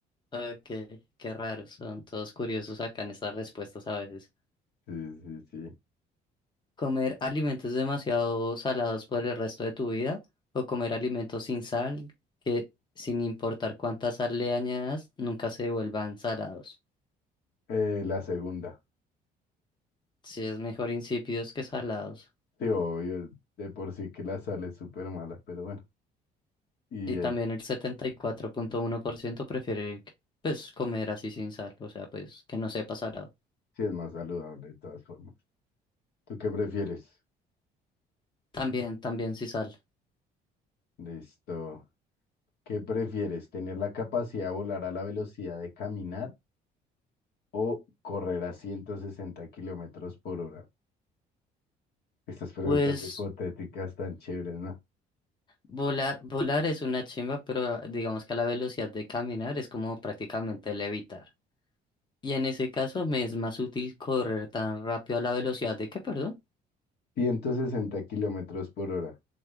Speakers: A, on the left; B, on the left.
A: Ok, qué raros, son todos curiosos acá en estas respuestas a veces.
B: Sí, sí, sí.
A: ¿Comer alimentos demasiado salados por el resto de tu vida o comer alimentos sin sal que, sin importar cuánta sal le añadas, nunca se vuelvan salados?
B: Eh, la segunda.
A: Sí, es mejor insípidos que salados.
B: Sí, obvio, de por sí que la sal es súper mala, pero bueno. Y
A: Y también
B: ahí
A: el 74.1% prefiere, pues, comer así sin sal, o sea, pues, que no sepa salado.
B: sí es más saludable de todas formas. ¿Tú qué prefieres?
A: También, también sin sal.
B: Listo. ¿Qué prefieres? ¿Tener la capacidad de volar a la velocidad de caminar? o correr a 160 kilómetros por hora? Estas preguntas
A: Pues...
B: hipotéticas tan chéveres, ¿no?
A: Volar, volar es una chimba, pero digamos que a la velocidad de caminar es como prácticamente levitar. Y en ese caso me es más útil correr tan rápido a la velocidad de que, perdón,
B: 160 kilómetros por hora.